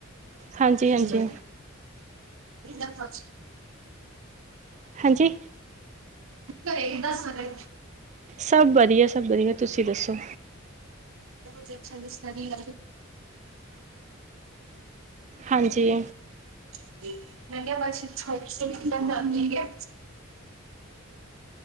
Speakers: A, on the right; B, on the right.
A: ਹਾਂਜੀ
B: ਦੇਖਦੇ
A: ਹਾਂਜੀ
B: ਆਂ ਬਸ
A: ਹਾਂਜੀ
B: ਘਰੇ ਦਸ ਸਾਰੇ
A: ਸਭ ਵਧੀਆ, ਸਭ ਵਧੀਆ ਤੁਸੀਂ ਦੱਸੋ?
B: ਬਹੁਤ ਹੀ ਅੱਛਾ ਸਟਡੀ <inaudible>
A: ਹਾਂਜੀ
B: <inaudible>